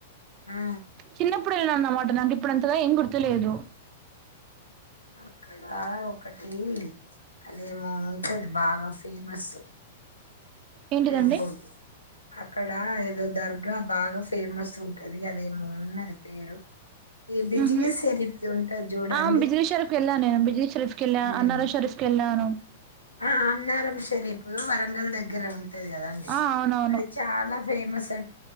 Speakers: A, on the left (about 80°); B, on the right (about 35°).
A: ఆ
B: చిన్నప్పుడు ఎళ్ళన్నమ నాకు ఇప్పుడు అంతగా ఏం గుర్తులేదు
A: అక్కడా ఒకటి అదె ఆ... ఉంటది బాగా ఫేమస్
B: ఏంటిదండి
A: టెంపుల్ అక్కడాఏదో దర్ గ బాగా ఫేమస్ ఉంటది అదేమో ఉన్నది పేరు ఈ బిజిగి
B: మ్ హుమ్మ్
A: షరీఫ్ది ఉంటది చూడండి
B: ఆ... బిజలీ షరఫ్ కెళ్ళానేేను బిజలీ షరఫ్ కెళ్ల
A: ఉమ్
B: అన్నారం షరఫ్ కెళ్ళాను
A: ఆ అన్నారం షరీపు వరంగల్ దగ్గర ఉంటది గదండి
B: ఆ అవునవును
A: అది చాలా ఫేమస్ అం